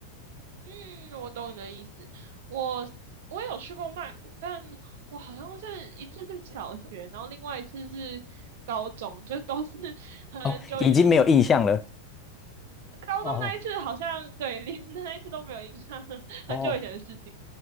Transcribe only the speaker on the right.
嗯我懂你的意思。我我有去过曼谷，但我好像是一次是小学，然后另外一次是高中，就都是 <laughs> 很久以前的事情。
高中那一次好像对，
连那一次都没有印象，<laughs>
很久以前的事情。